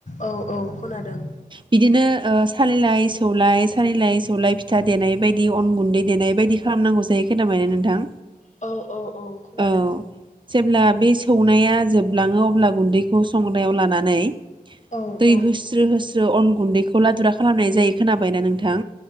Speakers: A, on the left (about 50°); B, on the right (about 30°).
A: औ औ खोनादों।
B: बिदिनो ओ सालिलाय सौलाय सालिलाय सौलाय फिथा देनाय बायदि अन गुन्दै देनाय बायदि खालामनांगौ जायो खोनाबाय ना नोंथां।
A: औ औ औ खोनादों
B: औ जेब्ला बे सौनाया जोबलाङो अब्ला गुन्दैखौ सं याव लानानै
A: औ
B: दै
A: औ
B: होस्रो होस्रो अन गुन्दैखौ लादुरा खालामनाय जायो खोनाबायना नोंथां?